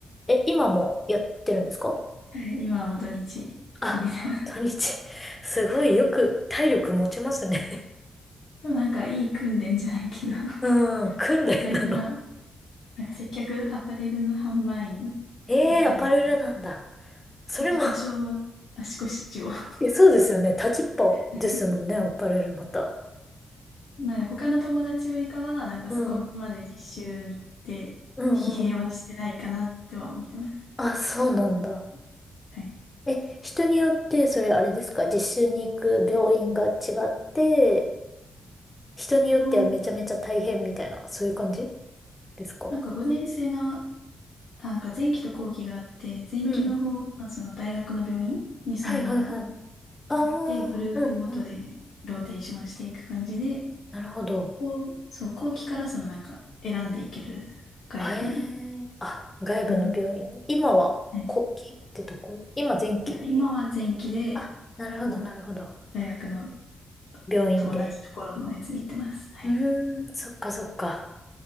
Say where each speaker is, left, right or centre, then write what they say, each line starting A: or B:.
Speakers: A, on the left (about 15°); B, on the left (about 75°).
A: え、今もやってるんですか
B: はい、今はもう土日入れてます。
A: あ、土日。すごいよく体力持ちますね。
B: でもなんかいい訓練じゃないけど、<laughs>
A: うん、訓練なの。
B: バイトがなんか接客アパレルの販売員
A: ええアパレルなんだ。
B: やってるので、
A: それも
B: ちょっと多少は足腰を
A: <laughs>
B: <laughs> ま
A: え、そうですよね。立ちっぱですもんね、
B: あ
A: アパレルまた。
B: でも他の友達よりかは、なんかそこまで実習に行って、
A: うん。うんうんうん。
B: 疲弊はしてないかなっては思ってます。
A: あ、そうなんだ。
B: ちょっと待ってはい。
A: え、人によって、それあれですか、実習に行く病院が違って、人によってはめちゃめちゃ大変みたいな、
B: あー
A: そういう感じですか
B: なんか5年生の、あ、なんか前期と後期があって、前期の方はその大学の病院にそのまま
A: うん。はいはいはい。ああ、
B: 行って、グループごとで
A: うんうん。
B: ローテーションしていく感じで、
A: なるほど。
B: こうそう、後期からそのなんか選んでいける外部に。
A: へえ。あ、外部の病院に。
B: うん。
A: 今は後期ってとこ今前期。
B: はいいや、今は前期で
A: あ、なるほどなるほど。
B: もう大学の
A: 病院で。
B: と同じところのやつに行ってます。はい。
A: うーん、そっかそっか。